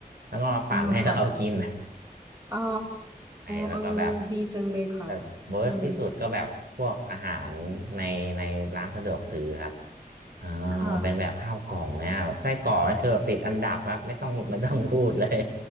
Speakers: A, on the right; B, on the right.
A: แล้วก็มาปั่นให้เรากิน
B: อ่าค่ะอ๋อ
A: ไอ้แล้วก็แบบ
B: เออดีจังเลยค่ะ
A: แบบเวิร์สที่สุดก็แบบพวกอาหารในในร้านสะดวกซื้อครับ
B: อืม
A: เออ
B: ค่ะ
A: เป็นแบบข้าวกล่องเนี่ยแบบไส้กรอกนี่คือแบบติดอันดับครับไม่ต้องไม่ต้องพูดเลย